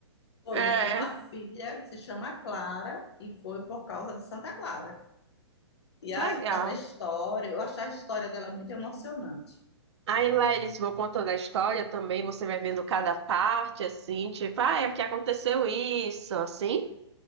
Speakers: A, on the left; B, on the right.
A: pois,
B: É,
A: eu tenho uma filha que se chama Clara e foi por causa de Santa Clara. E
B: legal.
A: a, por causa da história, eu achei a história dela muito emocionante.
B: Aí, Leris, vou contando a história também, você vai vendo cada parte, assim, tipo, ah, é que aconteceu isso, assim.